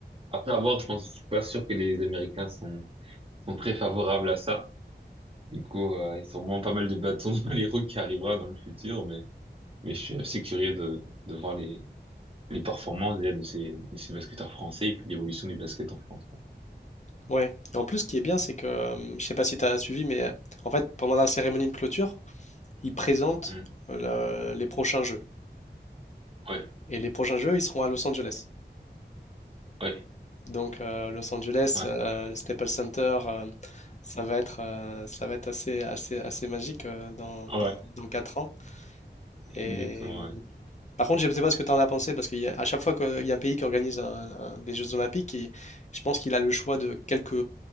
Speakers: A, on the right (about 30°); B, on the left (about 40°).
A: Après avoir, je pense, je suis pas sûr que les Américains sont, sont très favorables à ça. Du coup, euh, il y a sûrement pas mal de bâtons <laughs> dans les roues qui arrivera dans le futur, mais, mais je suis assez curieux de, de voir les, les performances déjà de ces, de ces basketteurs français et puis l'évolution du basket en France. quoi.
B: Ouais. Et en plus, ce qui est bien, c'est que, euh, je sais pas si tu as suivi, mais euh, en fait, pendant la cérémonie de clôture, ils présentent
A: Hmm.
B: euh, la- les prochains jeux.
A: Ouais,
B: Et les prochains jeux, ils seront à Los Angeles.
A: ouais,
B: Donc euh, Los Angeles,
A: ouais,
B: euh, le Staples Center, euh, ça va être, euh, ça va être assez, assez, assez magique euh, dans, dans,
A: ouais,
B: dans 4 ans. Et
A: exactement, ouais.
B: par contre, je ne sais pas ce que tu en as pensé, parce qu'à chaque fois qu'il y a un pays qui organise un- un- des Jeux Olympiques, il- je pense qu'il a le choix de quelques,